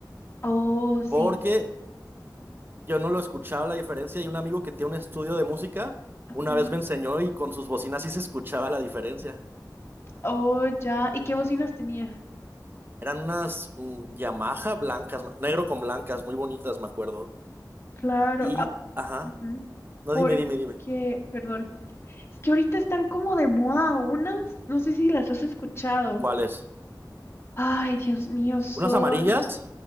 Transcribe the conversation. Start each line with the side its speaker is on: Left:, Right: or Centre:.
Left: Oh, sí.
Right: Porque Yo no lo escuchaba la diferencia y un amigo que tiene un estudio de música
Left: Ajá.
Right: una vez me enseñó y con sus bocinas sí se escuchaba la diferencia.
Left: Oh, ya. ¿Y qué bocinas tenía?
Right: Eran unas mm, Yamaha blancas, ma- negro con blancas, muy bonitas, me acuerdo.
Left: Claro.
Right: Y,
Left: ah,
Right: ajá,
Left: ujú.
Right: no,
Left: Porque,
Right: dime, dime, dime.
Left: perdón, es que ahorita están como de moda unas, no sé si las has escuchado.
Right: ¿Cuáles?
Left: Ay, Dios mío, son...
Right: ¿Unas amarillas?